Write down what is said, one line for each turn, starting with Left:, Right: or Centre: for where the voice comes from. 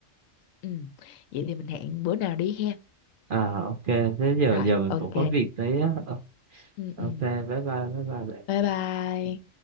Left: ừ vậy thì mình hẹn bữa nào đi ha
Right: à ok thế giờ
Left: rồi
Right: giờ mình
Left: ok
Right: cũng có việc đấy á Ờ,
Left: ừ
Right: ok
Left: ừ
Right: bye bye bye bye bạn
Left: bye bye